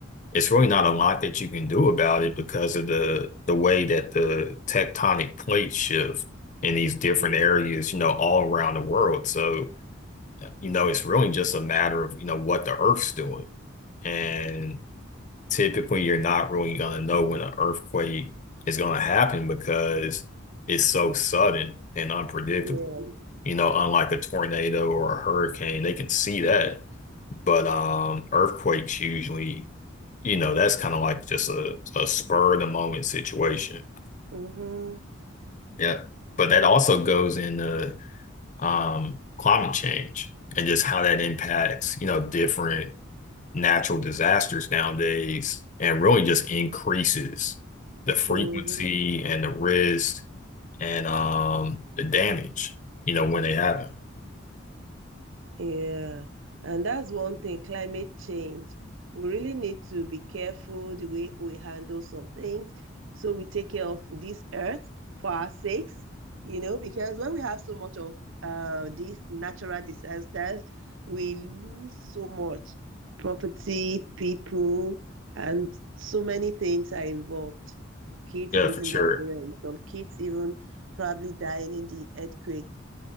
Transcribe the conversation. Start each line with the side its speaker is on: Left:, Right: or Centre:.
Left: it's really not a lot that you can do about it because of the the way that the tectonic plates shift in these different
Right: Yeah.
Left: areas, you know, all around the world. So, you know, it's really just a matter of, you know, what the Earth's doing. And typically you're not really going to know when an earthquake is going to happen because it's so sudden and unpredictable.
Right: Yeah.
Left: You know, unlike a tornado or a hurricane, they can see that but um, earthquakes usually, you know, that's kind of like just a, a spur of the moment situation.
Right: Mm-hmm.
Left: Yeah. But that also goes into um, climate change and just how that impacts, you know, different natural disasters nowadays and really just increases the frequency
Right: Mm-hmm.
Left: and the risk and um, the damage, you know, when they happen.
Right: Yeah, and that's one thing, climate change. We really need to be careful the way we handle some things. So we take care of this earth for our sakes, you know, because when we have so much of uh these natural disasters, we lose so much property, people, and so many things are involved. Kids
Left: Yeah,
Right: losing
Left: for sure.
Right: their parents, some kids even probably dying in the earthquake.